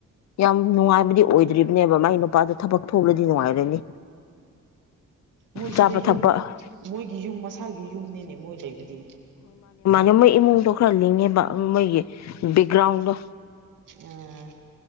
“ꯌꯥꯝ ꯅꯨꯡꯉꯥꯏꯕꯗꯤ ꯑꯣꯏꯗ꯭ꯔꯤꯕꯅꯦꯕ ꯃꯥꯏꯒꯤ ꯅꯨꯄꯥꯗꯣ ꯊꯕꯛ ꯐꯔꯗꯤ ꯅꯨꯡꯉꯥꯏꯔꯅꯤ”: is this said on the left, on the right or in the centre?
Left